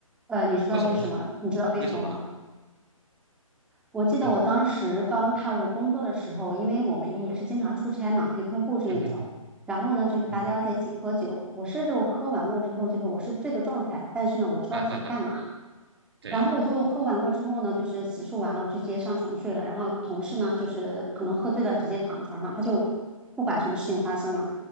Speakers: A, in the centre; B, on the right.
A: 呃，你知道为什么？
B: 为什么呢？
A: 你知道为什么吗？
B: 为什么呢？
A: 我记得我当时刚踏入工作的时候，
B: 嗯，
A: 因为我们也是经常出差嘛，陪客户这一种。
B: <laughs> 嗯哼哼，
A: 然后呢，就是大家在一起喝酒，
B: 嗯哼哼
A: 我是就喝完过之后，就是我是醉的状态，但是呢，我知道自己干嘛。
B: 啊哈哈，对。
A: 然后我就喝完过之后呢，就是洗漱完了，我就直接上床睡了。然后同事呢，就是可能喝醉了，直接躺在床上，他就不管什么事情发生了。